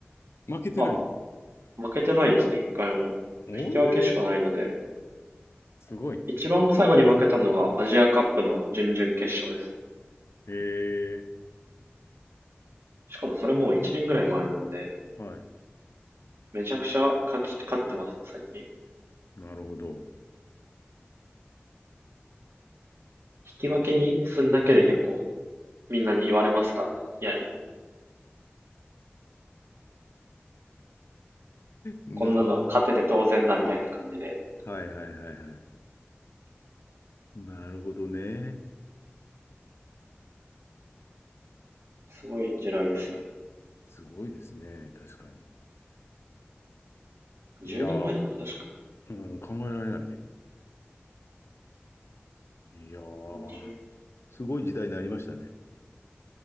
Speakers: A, on the left; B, on the right.
A: 負けてないの。
B: あ、負けてないですね、一回も。
A: 本当に
B: 引き分けしかないので、
A: すごい。
B: 一番最後に負けたのがアジアカップの準々決勝ですね。
A: へえ、
B: しかもそれもう1年ぐらい前なんで、
A: はい。
B: めちゃくちゃ勝ち、勝ってますね、最近。引
A: なるほど。
B: き分けにするだけで結構みんなに言われますからね。いやいや、
A: なるほど。
B: こんなの勝てて当然だみたいな感じで。
A: はいはいはいはい。なるほどね。
B: すごい時代ですよね。
A: すごいですね。確かに。
B: 10年前でも確か
A: いやー、うん、考えられないね。いやー、
B: に。
A: すごい時代になりましたね。